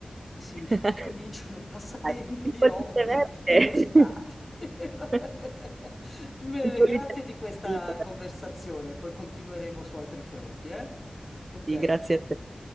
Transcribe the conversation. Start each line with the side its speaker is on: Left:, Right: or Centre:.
Left: si
Right: <laughs>
Left: <laughs> cominciano passatempi
Right: Dai, Il pollice
Left: e hobby
Right: verde.
Left: inusitati. <laughs>
Right: <laughs>
Left: Bene,
Right: Il pollice...
Left: grazie di questa
Right: Sì, vabbè,
Left: conversazione, poi continueremo su altri fronti, eh? Ok.
Right: sì, grazie a te.